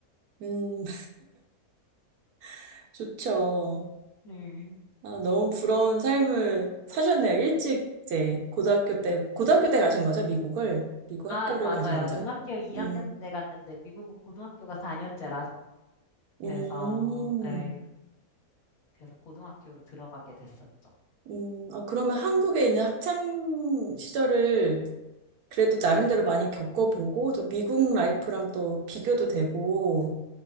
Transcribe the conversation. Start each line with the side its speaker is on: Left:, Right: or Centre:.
Right: 음, <laughs> 좋죠.
Left: 네.
Right: 아, 너무 부러운 삶을 사셨네요. 일찍 이제 고등학교 때, 고등학교 때 가신 거죠? 미국을? 미국
Left: 아,
Right: 학교를
Left: 맞아요.
Right: 가신 거죠?
Left: 중학교 2학년
Right: 음,
Left: 때 갔는데 미국은 고등학교가 4년제라서 그래서
Right: 음,
Left: 네. 그래서 고등학교로 들어가게 됐었죠.
Right: 음, 어, 그러면 한국에 있는 학창 시절을 그래도 나름대로 많이 겪어보고, 또 미국 라이프랑 또 비교도 되고,